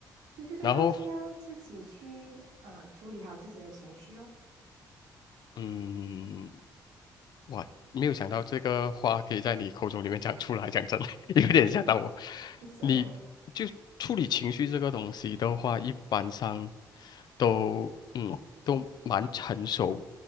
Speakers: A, on the right; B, on the left.
A: 就最重要是要自己去啊、
B: 然后，
A: 处理好自己的情绪哦。
B: 嗯。哇，没有想到这个话可以在你口中里面讲出来，讲真的 <laughs>，有点吓到我。
A: <laughs> 是哦，
B: 你就处理情绪这个东西的话，一般上都嗯都蛮成熟